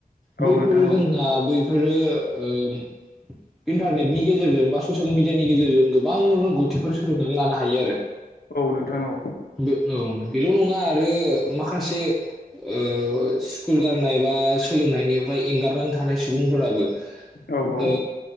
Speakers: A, on the left (about 80°); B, in the centre.
A: औ
B: बैफोरो
A: नोंथां
B: जोंहा बै आरो ओ इन्टारनेटनि गेजेरजों बा ससियेल मिडियानि गेजेरजों गोबां रोंगौथिफोर सोलोंनानै लानो हायो आरो।
A: औ नोंथां औ
B: बे औ बेल नङा आरो माखासे ओ सिस्कुल गारनाय बा सोलोंथाइनिफ्राय एंगारनानै थानाय सुबुंफोराबो
A: औ औ
B: ओ